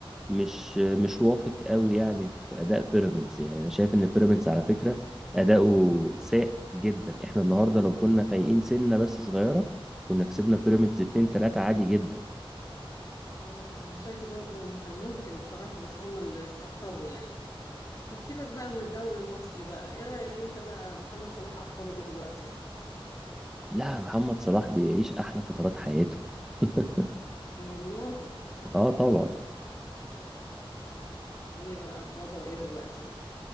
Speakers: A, in the centre; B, on the left.
A: مش مش واثق قوي يعني في اداء بيراميدز يعني انا شايف ان بيراميدز على فكره اداؤه سيء جدا احنا النهارده لو كنا فايقين سنه بس صغيره كنا كسبنا بيراميدز
B: مم.
A: 2 3 عادي جدا
B: اه وشايفه برضو إن كان ممكن بصراحه بس هما اللي استهتروا يعني طب سيبك بقى من الدوري المصري بقى ايه رايك انت بقى محمد صلاح اخباره ايه دلوقتي
A: لا محمد صلاح بيعيش احلى فترات حياته <laughs>
B: والله
A: اه طبعا
B: ايه بقى وضعه ايه دلوقتي